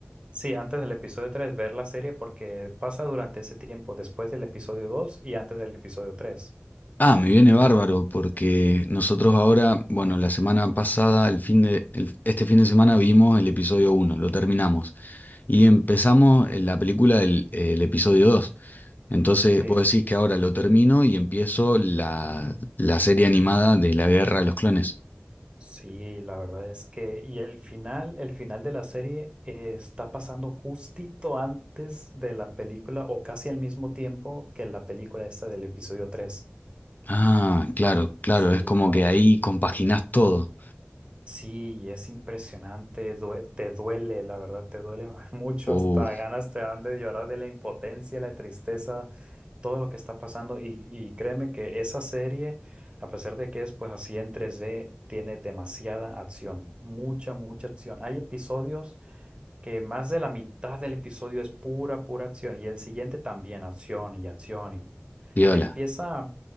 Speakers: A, on the right; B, on the left.
A: Sí, antes del episodio 3 ver la serie porque pasa durante ese tiempo, después del episodio 2 y antes del episodio tres.
B: Ah, me viene bárbaro porque nosotros ahora, bueno, la semana pasada, el fin de, el- este fin de semana vimos el episodio uno, lo terminamos. Y empezamos en la película del el episodio 2. Entonces,
A: Sí.
B: puedo decir que ahora lo termino y empiezo la, la serie animada de la Guerra de los Clones.
A: Sí, la verdad es que, y el final, el final de la serie eh, está pasando justito antes de la película o casi al mismo tiempo que la película esta del episodio 3.
B: Ah, claro, claro,
A: Sí,
B: es como
A: no.
B: que ahí compaginás todo.
A: Sí, y es impresionante, due- te duele, la verdad, te duele <laughs> mucho,
B: Uh,
A: hasta ganas te dan de llorar de la impotencia, la tristeza, todo lo que está pasando. Y, y créeme que esa serie, a pesar de que es pues así en 3D, tiene demasiada acción, mucha, mucha acción. Hay episodios que más de la mitad del episodio es pura, pura acción y el siguiente también acción y acción y
B: viola.
A: empieza,